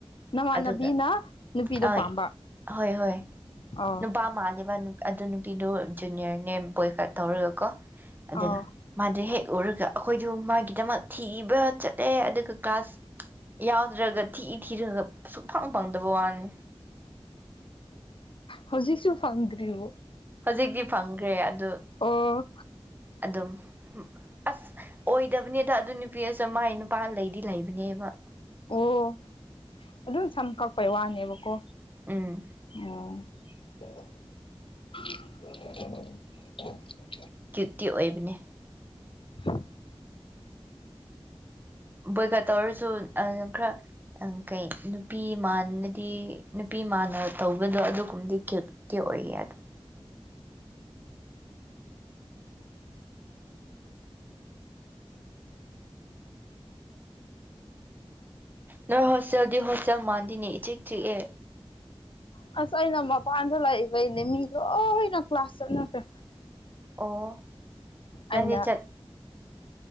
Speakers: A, on the left; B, on the right.
A: ꯅꯃꯥꯟꯅꯕꯤꯅ
B: ꯑꯗꯨꯒ
A: ꯅꯨꯄꯤꯗꯣ
B: ꯑ
A: ꯄꯥꯝꯕ
B: ꯍꯣꯏ ꯍꯣꯏ
A: ꯑꯥ
B: ꯅꯨꯄꯥ ꯃꯥꯂꯦꯕ ꯑꯗꯨ ꯅꯨꯄꯤꯗꯨ ꯖꯨꯅꯤꯌꯔꯅꯦ ꯕꯣꯏꯀꯠ ꯇꯧꯔꯒꯀꯣ ꯑꯗꯨꯒ
A: ꯑꯥ
B: ꯃꯥꯗꯨ ꯍꯦꯛ ꯎꯔꯒ ꯑꯩꯈꯣꯏꯗꯨ ꯃꯥꯒꯤꯗꯃꯛ ꯊꯤꯕ ꯆ ꯑꯦ ꯑꯗꯨꯒ ꯀ꯭ꯂꯥꯁ ꯌꯥꯎꯗ꯭ꯔꯒ ꯊꯤ ꯊꯤꯔꯒ ꯁꯨꯡꯛꯐꯪ ꯐꯪꯗꯕ ꯋꯥꯅꯤ
A: ꯍꯧꯖꯤꯛꯁꯨ ꯐꯪꯗ꯭ꯔꯤꯕꯔꯤꯕ
B: ꯍꯧꯖꯤꯛꯇꯤ ꯐꯪꯈ꯭ꯔꯦ ꯑꯗꯨ
A: ꯑꯣ
B: ꯑꯗꯨꯝ ꯑꯁ ꯑꯣꯏꯗꯕꯅꯦꯗ ꯑꯗꯨ ꯅꯨꯄꯤ ꯑꯁꯨ ꯃꯥꯏ ꯅꯨꯄꯥꯅ ꯂꯩꯗꯤ ꯂꯩꯕꯅꯦꯕ
A: ꯑꯣ ꯑꯗꯨꯝ ꯁꯝ ꯀꯛꯄꯩ ꯋꯥꯅꯦꯕꯀꯣ
B: ꯎꯝ
A: ꯑꯣ <unintelligible>
B: ꯀ꯭ꯌꯨꯇꯤ ꯑꯣꯏꯕꯅꯦ
A: ꯑ
B: ꯕꯣꯏꯀ ꯇꯧꯔꯁꯨ ꯅ ꯈꯔ ꯀꯩ ꯅꯨꯄꯤꯃꯅꯗꯤ ꯅꯨꯄꯤꯃꯅ ꯇꯧꯕꯗꯣ ꯑꯗꯨꯒꯨꯝꯕꯗꯤꯦ ꯑꯣꯏ ꯑꯗꯨ ꯅꯣꯏ ꯍꯣꯁꯇꯦꯜꯗꯤ ꯍꯣꯁꯇꯦꯜ ꯃꯥꯟꯗꯤꯅꯦ ꯏꯤꯛ ꯆꯤꯛꯑꯦ
A: ꯑꯁ ꯑꯩꯅ ꯃꯄꯥꯟꯗ ꯂꯥꯛꯏꯕꯩꯅꯦ ꯃꯤ ꯂꯣꯏꯅ ꯀ꯭ꯂꯥꯁ ꯆꯠꯅꯈ꯭ꯔꯦ
B: ꯑꯣ
A: ꯑꯩꯅ
B: ꯅꯪꯅꯦ ꯆꯠ